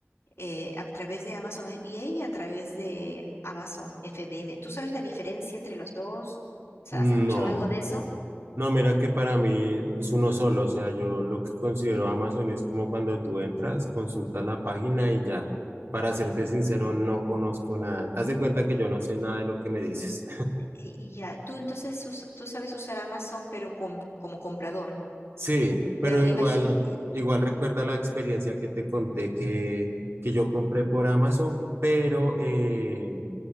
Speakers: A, on the left; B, on the right.
A: eh, a través de Amazon SBA y a través de Amazon FBM. ¿Tú sabes la diferencia entre los dos? O
B: No,
A: sea, ¿Has escuchado algo de eso?
B: no, mira que para mí es uno solo, o sea, yo lo que considero Amazon es como cuando tú entras, consultas la página y ya. Para serte sincero, no conozco nada. Haz de cuenta que yo no sé nada de lo que me dices.
A: Y, y ya, tú entonces us- tú sabes usar Amazon, pero com- como comprador.
B: Sí, pero
A: Pero
B: igual,
A: imagine,
B: igual
A: ujú,
B: recuerda la experiencia que te conté que, que yo compré por Amazon, pero eh,